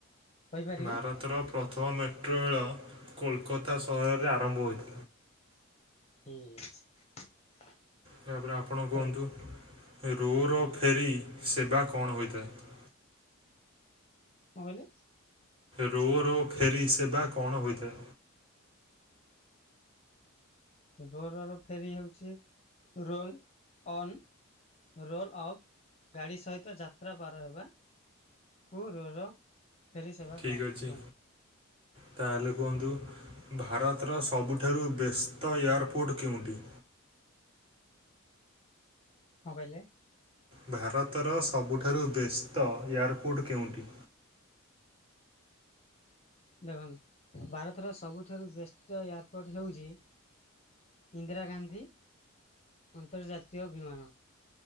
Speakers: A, on the left (about 30°); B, on the right (about 25°).
A: କହିପାରିବେ
B: ଭାରତର ପ୍ରଥମ ମେଟ୍ରୋ ରେଳ କୋଲକତା ସହରରେ ଆରମ୍ଭ ହୋଇଥିଲା।
A: ଠିକ ଅଛି।
B: ଏହାପରେ ଆପଣ କୁହନ୍ତୁ।
A: ତ
B: ରୋର ଫେରି ସେବା କଣ ହୋଇଥାଏ?
A: କଣ କହିଲେ?
B: ରୋ'ର ଫେରି ସେବା କ'ଣ ହୋଇଥାଏ
A: ରୋରର ଫେରି ହେଉଛି ରୋଲ ଅନ୍ ରୋଲ ଅଫ୍ ଗାଡ଼ି ସହିତ ଯାତ୍ରା ପାର ହେବା। କୁ ରୋର ଫେରୀ ସେବା
B: ଠିକ୍
A: କହ
B: ଅଛି
A: କୁହନ୍ତି।
B: ତାହେଲେ କୁହନ୍ତୁ ଭାରତର ସବୁଠାରୁ ବ୍ୟସ୍ତ ଏୟାରପୋର୍ଟ କେଉଁଠି?
A: <inaudible> କଣ କହିଲେ?
B: ଭାରତର ସବୁଠାରୁ ବ୍ୟସ୍ତ ଏୟାରପୋର୍ଟ କେଉଁଟି?
A: ଦେଖନ୍ତୁ ଭାରତର ସବୁଠାରୁ ବ୍ୟସ୍ତ ଏୟାରପୋର୍ଟ ହେଉଛି। ଇନ୍ଦିରା ଗାନ୍ଧି ଅନ୍ତର୍ଜାତୀୟ ବିମାନ।